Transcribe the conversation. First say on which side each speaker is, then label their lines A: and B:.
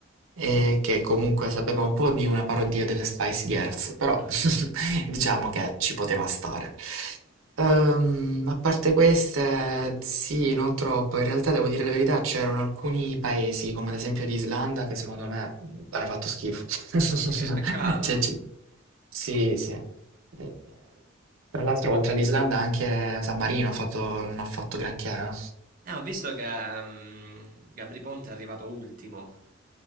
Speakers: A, on the right; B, on the right.
A: e che comunque sapeva un po' di una parodia delle Spice Girls, però
B: ok,
A: <laughs> diciamo che ci poteva stare. Ehm, a parte queste, sì, non troppo. In realtà, devo dire la verità, c'erano alcuni paesi, come ad esempio l'Islanda, che secondo me mh, hanno fatto schifo. <laughs>
B: ok, peccato.
A: Cioè, c- sì, sì. Eh, Tra l'altro, oltre all'Islanda, anche San Marino ha fatto- non ha fatto granché.
B: Eh, ho visto che mm, Gabri Ponte è arrivato ultimo.